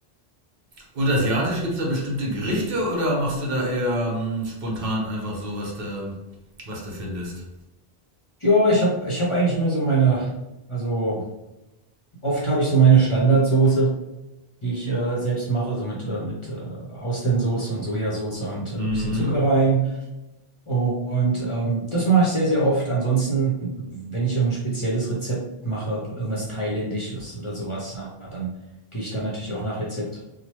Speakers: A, on the right; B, on the left.
A: Und asiatisch gibt's da bestimmte Gerichte oder machst du da eher ähm, spontan einfach so, was du, was du findest?
B: Ja, ich habe ich hab eigentlich immer so meine, also oft habe ich so meine Standardsoße. die ich äh, selbst mache, so mit, äh, mit äh, Austernsoße und Sojasauce und äh,
A: Mhm.
B: bisschen Zucker rein. Und ähm, das mache ich sehr, sehr oft. Ansonsten, wenn ich irgendein spezielles Rezept mache, irgendwas Thailändisches oder sowas, na, dann gehe ich da natürlich auch nach Rezept.